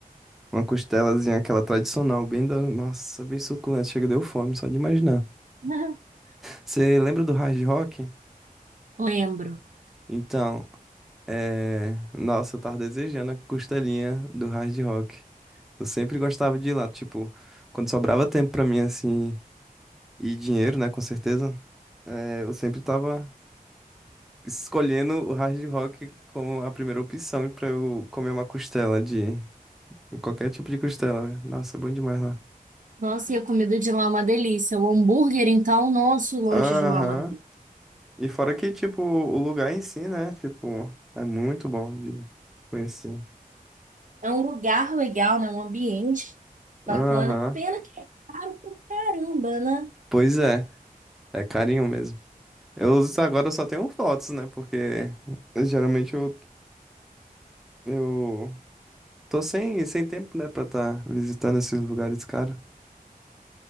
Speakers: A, in the centre; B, on the right.
A: uma costelazinha aquela tradicional, bem da, nossa, bem suculenta, chega deu fome só de imaginar.
B: <laughs>
A: Você lembra do Hard Rock?
B: Lembro.
A: Então, É, nossa, eu tava desejando a costelinha do Hard Rock. Eu sempre gostava de ir lá, tipo, quando sobrava tempo pra mim, assim, e dinheiro, né, com certeza, é, eu sempre tava escolhendo o Hard Rock como a primeira opção pra eu comer uma costela de qualquer tipo de costela, né? Nossa, é bom demais lá.
B: Nossa, e a comida de lá é uma delícia. O hambúrguer, então, nosso lanche
A: Aham.
B: de lá é uma delícia.
A: E fora que, tipo, o lugar em si, né, tipo, é muito bom de conhecer.
B: É um lugar legal, né? Um ambiente bacana.
A: Aham.
B: Pena que é caro pra caramba, né?
A: Pois é, é carinho mesmo. Eu uso agora, eu só tenho fotos, né? Porque geralmente eu, eu tô sem, sem tempo, né, pra estar visitando esses lugares, cara.